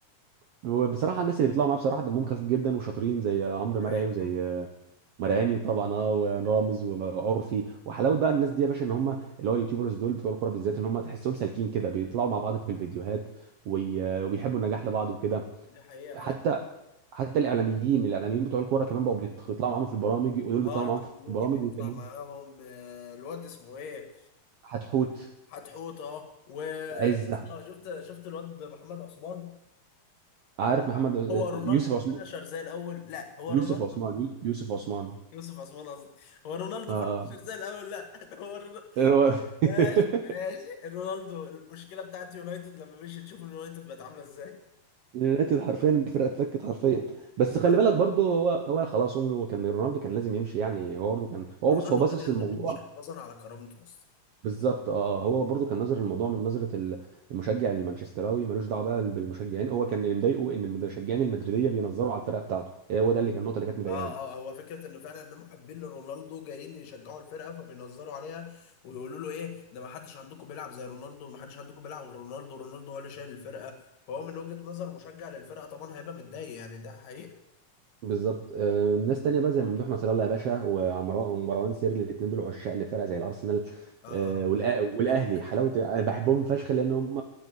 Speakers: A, on the right; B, on the left.
A: <laughs> بصراحه الناس اللي بيطلعوا معاه بصراحه دمهم خفيف جدا وشاطرين زي عمرو
B: مرعينيو
A: مرعي وزي مرقاني طبعا اه ورامز وعرفي وحلاوه بقى
B: اه
A: الناس دي يا باشا ان هم اللي هو اليوتيوبرز دول بتوع الكوره بالذات ان هم تحسهم سالكين كده بيطلعوا مع بعض في الفيديوهات وي- وبيحبوا النجاح لبعض وكده
B: دي حقيقه
A: حتى
B: فعلا
A: حتى الاعلاميين الاعلاميين بتوع الكوره كمان بقوا بيط- بيطلعوا معاهم في البرامج ودول
B: اه
A: بيطلعوا
B: المحمودي
A: معاهم في البرامج
B: بيطلع
A: والتانيين
B: معاهم آه، الواد اسمه ايه
A: حتحوت
B: حتحوطه ويا
A: عز
B: اسطى
A: أحمد-
B: شفت شفت الواد محمد عثمان
A: عارف
B: لا
A: محمد آه،
B: هو رونالدو
A: يوسف عثمان
B: فينشر زي الاول لا هو
A: يوسف
B: رونالدو
A: عثمان يوسف عثمان
B: يوسف عثمان قصدي هو رونالدو
A: اه
B: فينشر زي الاول لا <laughs> هو رونالدو
A: اه
B: ماشي
A: <laughs>
B: ماشي رونالدو المشكله بتاعت يونايتد لما مشي تشوف اليونايتد بقت عامله ازاي
A: اليونايتد حرفيا الفرقه اتفكت حرفيا بس خلي
B: ها
A: بالك برضه هو هو خلاص هو كان رونالدو كان لازم يمشي يعني هو برضه كان هو
B: رونالدو
A: بص هو باصص
B: كان لازم
A: للموضوع
B: يمشي حفاظا على كرامته اصلا
A: بالظبط اه آه، هو برضه كان نظر الموضوع من نظره ال- المشجع المانشستراوي ملوش دعوه بقى بالمشجعين هو كان اللي مضايقه ان المشجعين المدريديه بينظروا على الفرقه بتاعته هو ده اللي كان النقطه اللي كانت مضايقاه
B: اه اه هو فكره ان فعلا ان محبين لرونالدو جايين يشجعوا الفرقه فبينظروا عليها ويقولوا له ايه ده ما حدش عندكم بيلعب زي رونالدو ما حدش عندكم بيلعب غير رونالدو رونالدو هو اللي شايل الفرقه فهو من وجهه نظر مشجع للفرقه طبعا هيبقى متضايق يعني ده حقيقه
A: بالظبط آه، ناس تانية بقى زي ممدوح نصر الله يا باشا وعمرو- ومروان سيري الاثنين دول عشاق لفرقه زي الارسنال
B: اه
A: آه، والأ- والاهلي
B: دوك
A: حلاوه انا بحبهم فشخ لان هم